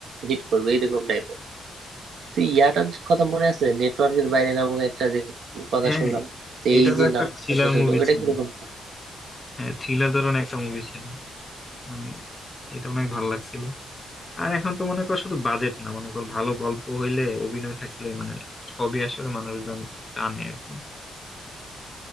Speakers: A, on the right; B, on the left.
A: হিট করবে এরকম টাইপের তো ইয়াটার কথা মনে আছে নেটওয়ার্কের বাইরে নামক একটা যে কথা
B: হ্যাঁ
A: শুনলাম তো
B: এটা
A: এই
B: তো
A: যে
B: একটা
A: নাটকটা
B: থ্রিলার
A: যে হলো
B: মুভি
A: ওটা
B: ছিল
A: কিরকম
B: হ্যাঁ থ্রিলার ধরনের একটা মুভি ছিল মানে এটা অনেক ভালো লাগছিল আর এখন তো মনে করো শুধু বাজেট না মনে করো ভালো গল্প হইলে অভিনয় থাকলে মানে সবই আসলে মানুষজন টানে আর কি